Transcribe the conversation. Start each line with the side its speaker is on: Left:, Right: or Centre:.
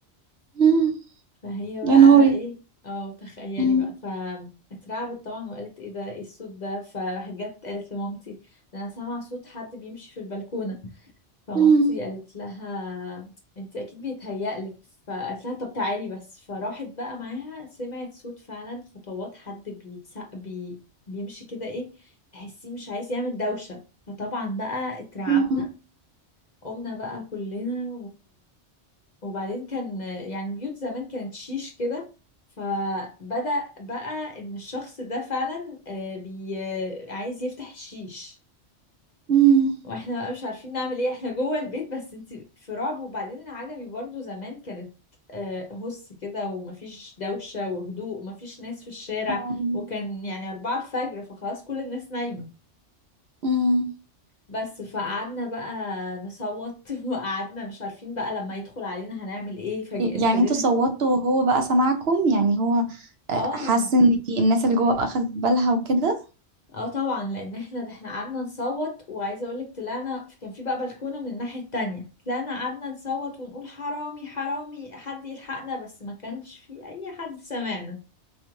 Right: امم
Left: فهي بقى
Right: يا نهاري
Left: ايه اه تخيلي
Right: امم
Left: بقى فاترعبت طبعا وقالت ايه ده ايه الصوت ده فراحت جت قالت لمامتي ده انا سامعه صوت حد بيمشي في البلكونه فمامتي
Right: امم
Left: قالت لها انت اكيد بيتهيألك فقالت لها طب تعالي بس فراحت بقى معاها سمعت صوت فعلا خطوات حد بيتسق بي بيمشي كده ايه تحسيه مش عايز يعمل دوشه فطبعا بقى اترعبنا
Right: امم
Left: قمنا بقى كلنا وبعدين كان يعني بيوت زمان كانت شيش كده فبدأ بقى ان الشخص ده فعلا آه، بي آه، عايز يفتح الشيش
Right: امم
Left: واحنا بقى مش عارفين نعمل ايه احنا جوه البيت بس انت في رعب وبعدين العجمي برضو زمان كانت آه، هس كده ومفيش دوشة وهدوء ومفيش ناس في الشارع
Right: آم،
Left: وكان يعني أربعة الفجر فخلاص كل الناس نايمة
Right: أمم.
Left: بس فقعدنا بقى نصوت <laughs> وقعدنا مش عارفين بقى لما يدخل علينا هنعمل ايه فابتدينا
Right: ي- يعني انتوا صوتوا وهو بقى سمعكم يعني هو آه،
Left: اه
Right: حس ان في الناس اللي جوه اخذت بالها وكده
Left: اه طبعا لان احنا ده احنا قعدنا نصوت وعايزه اقولك طلعنا كان في بقى بلكونه من الناحيه التانية طلعنا قعدنا نصوت ونقول حرامي حرامي حد يلحقنا بس ما كانش في اي حد سمعنا